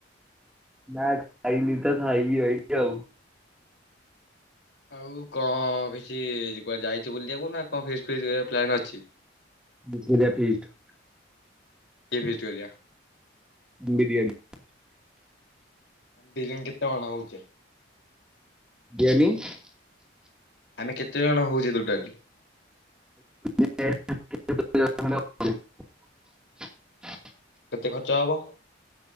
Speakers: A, in the centre; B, on the left.
A: ନା ଖାଇ ନି ତ ଖାଇବି ଏଇଥି ଆଉ।
B: ଆଉ କଣ କିଛି କୁଆଡେ ଯାଇଛି ବୁଲିବାକୁ ନା କଣ ଫିସ୍ ଫିସ୍ କରିବାକୁ ପ୍ଲାନ ଅଛି?
A: <unintelligible> ଫିଷ୍ଟ
B: କି ଫିଷ୍ଟ କରିବା?
A: ବିରିୟାନୀ।
B: ବିରିୟାନୀ କେତେ ଅଣା ହଉଛେ?
A: <unintelligible>
B: ଆମେ କେତେ ଜଣ ହଉଛେ ଟୋଟାଲି?
A: <unintelligible>
B: କେତେ ଖର୍ଚ୍ଚ ହବ?